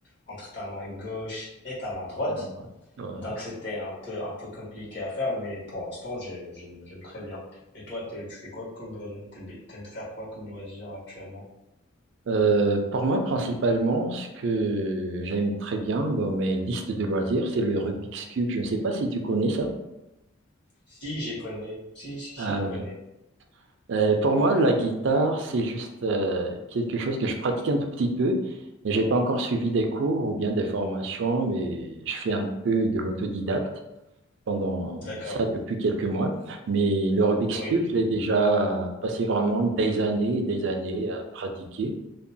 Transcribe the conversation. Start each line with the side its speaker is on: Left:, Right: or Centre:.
Left: entre ta main gauche et ta main droite.
Right: Euh, ouais. ouais.
Left: Donc c'était un peu un peu compliqué à faire, mais pour l'instant, j'ai- j'aime j'aime très bien. Et toi, t'es- tu fais quoi comme euh, t'aimes t'aimes faire quoi comme loisir actuellement?
Right: Euh, pour moi, principalement, ce que j'aime très bien dans mes listes de loisirs, c'est le Rubik's Cube. Je ne sais pas si tu connais ça.
Left: Si, j'ai connais. Si, si,
Right: Ah
Left: si, je
Right: ouais.
Left: connais.
Right: Euh, pour moi, la guitare, c'est juste euh, quelque chose que je pratique un tout petit peu. Et j'ai pas encore suivi des cours ou bien des formations, mais je fais un peu de l'autodidacte. pendant
Left: D'accord.
Right: ça depuis quelques mois. Mais le Rubik's
Left: Oui.
Right: Cube, j'ai déjà passé vraiment des années et des années à pratiquer.